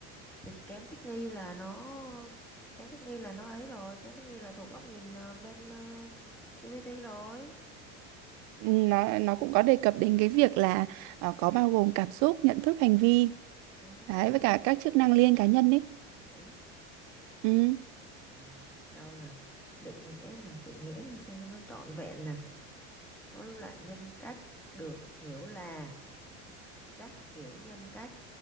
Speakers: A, in the centre; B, on the right (about 60°).
A: thì kém thích nghi là nó kém thích nghi là nó ấy rồi kém thích nghi là thuộc góc nhìn ờ, bên ờ, CPT rồi
B: Ừ, nó nó cũng có đề cập đến cái việc là ờ, có bao gồm cảm xúc nhận thức hành vi
A: ừ,
B: đấy
A: thì
B: với
A: là
B: cả
A: CPT
B: các chức
A: còn
B: năng
A: gì
B: liên
A: nữa
B: cá nhân ấy
A: ừ
B: ừ
A: rồi đâu nè định nghĩa nè định nghĩa là sao cho nó trọn vẹn nè nó là nhân cách được hiểu là các kiểu nhân cách